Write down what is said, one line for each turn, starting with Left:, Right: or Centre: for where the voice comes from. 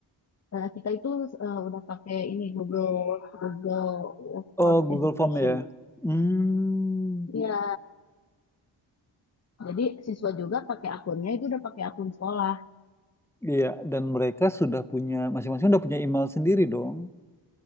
Left: eh, kita itu eh, udah pakai ini Google Google
Centre: Oh,
Left: for
Centre: Google
Left: Education.
Centre: Form ya. Hmm,
Left: Iya, jadi siswa juga pakai akunnya itu udah pakai akun sekolah.
Centre: iya. Dan mereka sudah punya, masing-masing udah punya email sendiri dong.